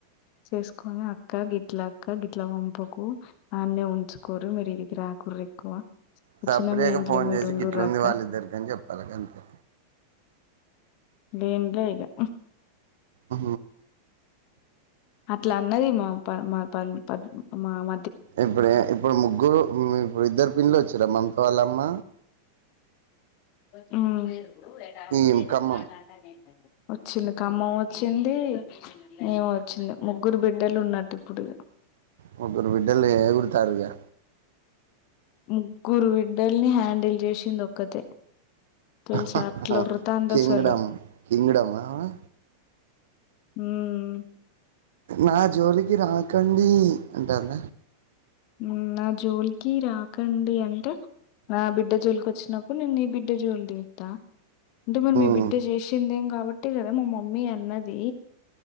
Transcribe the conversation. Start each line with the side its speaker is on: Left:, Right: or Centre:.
Left: చేసుకొని అక్క గిట్ల అక్క గిట్ల పంపకు అన్నే ఉంచుకోర్రీ. మీరు ఇడికి రాకుర్రీ ఎక్కువ. వచ్చిన
Right: సప్డేక
Left: మీ ఇంట్లో
Right: ఫోన్
Left: మీరు
Right: చేసి
Left: ఉండుర్రి
Right: గిట్లు ఉంది.
Left: అక్క
Right: వాళ్ళిద్దరికి అని చెప్పాలి. గంతే
Left: ఏమ్ లే ఇగా
Right: ఆ
Left: అట్లా అన్నది మా పర్ మా పర్ మామ
Right: ఎప్పుడే ఇప్పుడు ముగ్గు ఇప్పుడు ఇద్దర్ <unintelligible> గా మమత వాళ్ళమ్మ
Left: హ్మ్ మీరు <unintelligible>
Right: ఈ ఖమ్మం.
Left: వచ్చింది. ఖమ్మం వచ్చింది. ఏమో వచ్చింది. ముగ్గురు బిడ్డలు ఉన్నట్టు ఇప్పుడు ఇగా
Right: ముగ్గురు బిడ్డలు ఏగురుతారు. ఇగా
Left: ముగ్గురు బిడ్డల్ని హ్యాండిల్ చేసింది. ఒక్కతే తెలుసా
Right: హా
Left: అట్లా
Right: హా
Left: ఒర్రుతాంది
Right: కింగ్
Left: అసలు
Right: డమ్ కింగ్ డమ ఆమె
Left: హమ్
Right: నా జోలికి రాకండి అంటాంద
Left: హమ్ నా జోల్ కి రాకండి అంటే నా బిడ్డ జోలికి ఒచ్చినప్పుడు నేన్ నీ బిడ్డ జోల్ తీత్త ఇంతముందు
Right: ఉమ్
Left: మీ బిడ్డ చేసిందేం కాబట్టే గద మా మమ్మీ అన్నదీ